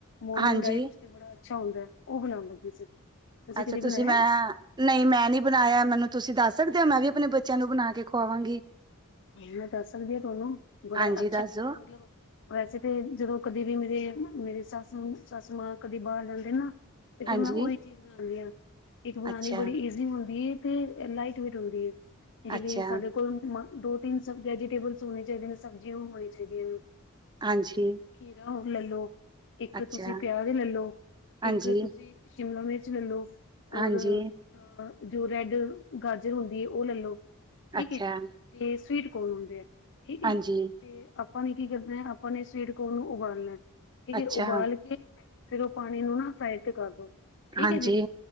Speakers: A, on the left; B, on the right.
A: ਮੋਰਨਿੰਗ
B: ਹਾਂਜੀ
A: ਰਾਈਟ ਬੜਾ ਅੱਛਾ ਹੁੰਦਾ ਹੈ ਉਹ ਬਣਾਉਣ ਲੱਗੇ ਸੀ।
B: ਅੱਛਾ
A: ਕਦੀ ਬਣਾਇਆ
B: ਤੁਸੀਂ ਮੈਂ ਨਹੀਂ ਮੈਂ ਨੀ ਬਣਾਇਆ ਮੈਨੂੰ ਤੁਸੀਂ ਦੱਸ ਸਕਦੇ ਹੋ ਮੈਂ ਵੀ ਆਪਣੇ ਬੱਚਿਆਂ ਨੂੰ ਬਣਾ ਕੇ ਖੁਵਾਵਾਂਗੀ।
A: ਹਾਂ, ਮੈਂ ਦੱਸ ਸਕਦੀ ਹਾਂ ਤੁਹਾਨੂੰ ਬੜਾ
B: ਹਾਂਜੀ
A: ਅੱਛਾ
B: ਦੱਸ
A: ਬੰਦਾ
B: ਦੋ
A: ਮਤਲਬ। ਵੈਸੇ ਤੇ ਜਦੋਂ ਕਦੇ ਵੀ ਮੇਰੇ-ਮੇਰੀ ਸੱਸ-ਸੱਸ ਮਾਂ ਕਦੇ ਬਾਹਰ ਜਾਂਦੇ ਨਾ। ਤੇ ਫੇਰ
B: ਹਾਂਜੀ
A: ਮੈਂ ਉਹੀ ਚੀਜ਼ ਬਣਾਨੀ ਹਾਂ ਇੱਕ ਬਣਾਨੀ
B: ਅੱਛਾ,
A: ਬੜੀ ਈਜ਼ੀ ਹੁੰਦੀ ਐ। ਇਹ ਲਾਈਟ ਵੇਟ ਹੁੰਦੀ ਹੈ ਜਿਵੇਂ
B: ਅੱਛਾ
A: ਸਾਡੇ ਕੋਲ। ਦੋ ਤੀਨ ਸ ਵੈਜੀਟੇਬਲਸ ਹੋਣੇ ਚਾਹੀਦੀ ਸਬਜੀ ਹੋਣੀ ਚਾਹੀਦੀ
B: ਹਾਂਜੀ,
A: ਖੀਰਾ। ਲੈਲੋ ਇੱਕ
B: ਅੱਛਾ
A: ਤੁਸੀਂ ਪਿਆਜ ਲੈਲੋ,
B: ਹਾਂਜੀ,
A: ਇੱਕ ਤੁਸੀਂ ਸ਼ਿਮਲਾ ਮਿਰਚ ਲੈਲੋ।
B: ਹਾਂਜੀ।
A: ਔਰ ਅ, ਜੋ ਰੈਡ ਗਾਜਰ ਹੁੰਦੀ ਹੈ ਉਹ ਲੈ ਲੋ। ਠੀਕ
B: ਅੱਛਾ।
A: ਹੈ ਤੇ, ਸਵੀਟ ਕੋਨ ਹੁੰਦੇ ਆ। ਠੀਕ ਹੈ
B: ਹਾਂਜੀ।
A: ਤੇ ਆਪਾਂ ਨੇ ਕੀ ਕਰਨਾ ਆਪਾਂ ਨੇ ਸਵੇਰ ਕੋਨ ਨੂੰ ਉਬਾਲਣਾ, ਠੀਕ
B: ਅੱਛਾ,
A: ਹੈ ਉਬਾਲ ਕੇ। ਫੇਰ ਉਹ ਪਾਣੀ ਨੂੰ ਨਾ ਸਾਈਡ ਤੇ ਕਰਦੋ, ਠੀਕ
B: ਹਾਂਜੀ।
A: ਹੈ ਜੀ